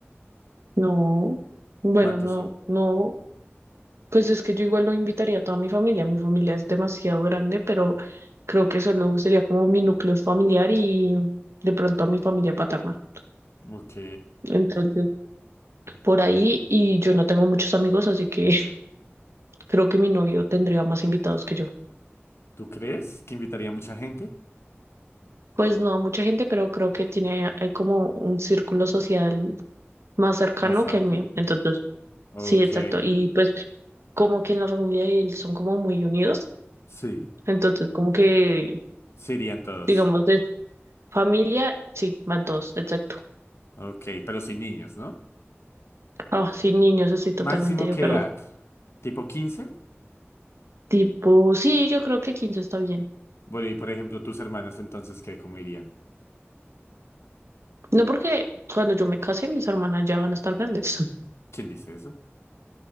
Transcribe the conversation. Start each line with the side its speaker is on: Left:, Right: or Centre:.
Right: no, bueno,
Left: ¿Cuántos
Right: no,
Left: son?
Right: no, pues es que yo igual lo invitaría a toda mi familia, mi familia es demasiado grande, pero creo que solo sería como mi núcleo familiar y de pronto a mi familia paterna.
Left: Ok.
Right: Entonces, por ahí y yo no tengo muchos amigos, así que <laughs> creo que mi novio tendría más invitados que yo.
Left: ¿Tú crees que invitaría mucha gente?
Right: Pues no a mucha gente, pero creo que tiene eh, como un círculo social más cercano
Left: Más amplio.
Right: que el mío. Entonces,
Left: Ok.
Right: sí, exacto. Y pues como que en la familia de él son como muy unidos.
Left: Sí.
Right: Entonces, como que,
Left: Sí irían todos.
Right: digamos, de familia, sí, van todos, exacto.
Left: Ok, pero sin niños, ¿no?
Right: Ah, sin niños, estoy totalmente
Left: Máximo
Right: de
Left: qué
Right: acuerdo.
Left: edad. ¿Tipo quince.
Right: Tipo, sí, yo creo que 15 está bien.
Left: Bueno, y por ejemplo, tus hermanas entonces, ¿qué? ¿Cómo irían?
Right: No porque cuando yo me case, mis hermanas ya van a estar grandes. <laughs>
Left: ¿Quién dice eso?